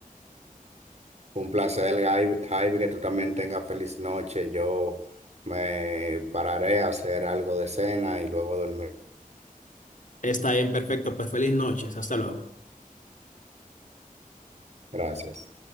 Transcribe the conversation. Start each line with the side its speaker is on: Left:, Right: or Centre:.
Right: Un placer, Javi, Javi, que tú también tengas feliz noche. Yo me pararé a hacer algo de cena y luego dormir.
Left: Está bien, perfecto, pues feliz noches, hasta luego.
Right: Gracias.